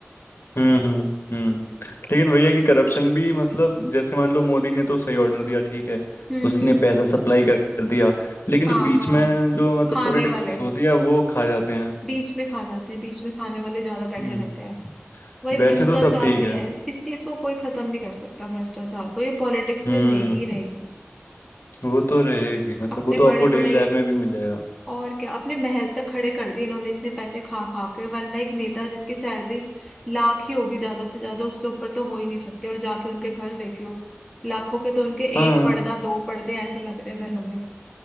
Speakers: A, on the left; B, in the centre.
A: हम्म हम्म हम्म लेकिन भैया कि करप्शन भी मतलब जैसे मान लो मोदी ने तो सही ऑर्डर दिया ठीक है
B: हम्म
A: उसने
B: हम्म।
A: पैसा सप्लाई कर कर दिया लेकिन
B: हाँ
A: जो बीच
B: हाँ
A: में जो मतलब
B: खाने
A: पॉलिटिक्स
B: वाले
A: होती है वो खा जाते हैं
B: बीच में खा जाते हैं बीच में खाने वाले ज्यादा बैठे
A: हम्म।
B: रहते हैं वही
A: वैसे
B: भ्रष्टाचार
A: तो सब ठीक
B: भी
A: है
B: है इस चीज को कोई खत्म नहीं कर सकता भ्रष्टाचार को ये पॉलिटिक्स
A: हम्म
B: में रहेगी ही रहेगी
A: वो तो रहेगी मतलब
B: अपने
A: वो तो
B: बड़े
A: आपको
B: बड़े
A: डेली लाइफ में भी मिल जाएगा
B: और क्या अपने महल तक खड़े कर दिए इन्होंने इतने पैसे खा खा के वरना एक नेता जिसकी सैलरी लाख ही होगी ज्यादा से ज्यादा उससे ऊपर तो हो ही नहीं सकते और जाके उनके घर देख लो लाखों के तो उनके
A: हाँ
B: एक पर्दा दो पर्दे ऐसे लग रहे हैं घरों में